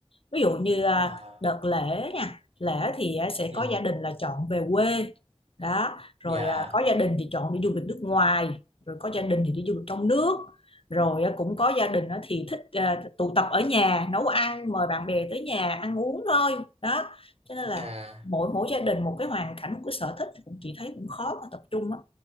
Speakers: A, on the left (about 60°); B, on the right (about 85°).
A: ví dụ như à,
B: à
A: đợt lễ nha lễ thì à, sẽ
B: ừ
A: có gia đình là chọn về quê đó rồi
B: dạ
A: à, có gia đình thì chọn đi du lịch nước ngoài rồi có gia đình thì đi du lịch trong nước rồi à, cũng có gia đình á thì thích à, tụ tập ở nhà nấu ăn mời bạn bè tới nhà ăn uống thôi đó cho nên là
B: dạ
A: mỗi mỗi gia đình một cái hoàn cảnh một cái sở thích thì cũng chị thấy cũng khó mà tập trung á